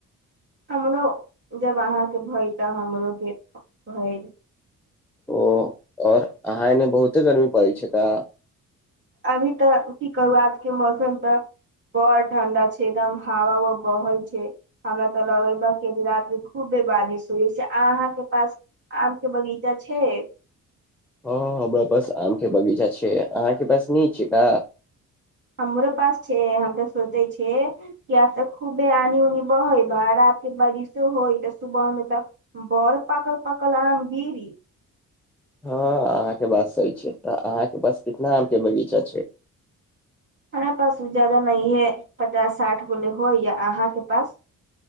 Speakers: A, on the right; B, in the centre.
A: हमरो जब अहाँके भैय तऽ हमरो के होइत।
B: ओ, और अहाँ एने बहुते गर्मी पड़ै छै का?
A: अभी तऽ की करू? आजके मौसम तऽ बड़ ठण्डा छै, एकदम हावा उवा बहै छै। हमरा तऽ लगैल के जे रात खूबे बारिश होइ छै, अहाँके पास आम के बगीचा छैय?
B: हँ, हमरा पास आम के बगीचा छै। अहाँ के पास नैय छै? का
A: हमरो पास छै। हम तऽ सोचै छेए किये तऽ खूबे आनी-उनी बहय, बा राति के बारिस होइतऽ सुबह मे तऽ बड़ पाकल-पाकल आम गीरी।
B: हँ अहाँके बात सही छै, तऽ अहाँके पास कितना आम के बगीचा छै?
A: हमरा पास उ जादा नहीए, पचास साठ गोले होय, या अहाँ के पास?